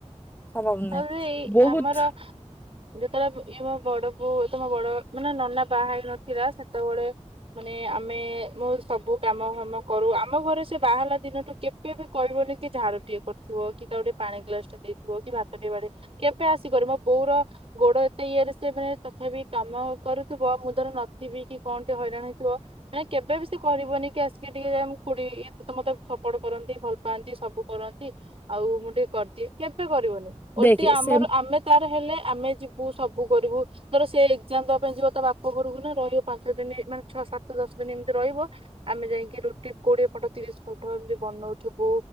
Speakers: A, on the left (about 15°); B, on the right (about 50°).
A: ସମ୍ଭବ ନୁହେଁ
B: ତାପରେ ଏଇ
A: ବହୁତ
B: ଆମର। ଯେତେବେଳେ ଇଏ ମୋ ବଡକୁ ଏ ତମ ବଡ ମାନେ ନନା ପାହା ହେଇ ନଥିଲା ସେତେବଳେ। ମାନେ ଆମେ ମୁଁ ସବୁ କାମ ଫାମ କରୁ ଆମ ଘରେ ସେ ବାହା ହେଲା ଦିନଠୁ କେବେ ବି କହିବନି କି ଝାଡୁ ଟିଏ କରିଥିବ କି କା କୁ ଗୋଟେ ପାଣି ଗ୍ଲାସ ଟା ଦେଇଥିବ କି ଭାତ ଟେ ବାଢ଼େ କେବେ ଆସିକରି ମୋ ବଉର। ଗୋଡ ଏତେ ଇଏରେ ସେ ମାନେ ତଥାପି କାମ କରୁଥିବ ମୁଁ ଧର ନଥିବି କି କଣ ଟେ ହଇରାଣ ହେଇଥିବ। ମାନେ କେବେ ବି ସେ କରିବନି କି ଆସିକି ଟିକେ ମୋ ଖୁଡି ଏ ସେତ ମତେ ସପୋର୍ଟ କରନ୍ତି ଭଲ ପାଆନ୍ତି ସବୁ କରନ୍ତି। ଆଉ ମୁଁ ଟିକିଏ କରିଦିଏ କେବେ କରିବନି ଓଲଟି
A: ଦେଖେ
B: ଆମର
A: ସେ
B: ଆମେ। ତାର ହେଲେ ଆମେ ଯିବୁ ସବୁ କରିବୁ। ଧର ସେ ଏକ୍ଜାମ ଦବା ପାଇଁ ଯିବ ତା ବାପ ଘରକୁ ନା ରହିବ ପାଞ୍ଚ ଛଅ ଦିନି ମାନେ ଛଅ ସାତ ଦଶ ଦିନି ଏମିତି ରହିବ ଆମେ ଯାଇକି ରୁଟି କୋଡିଏ ପଟ ତିରିଶ ପଟ ଏମିତି ବନଉଥୁବୁ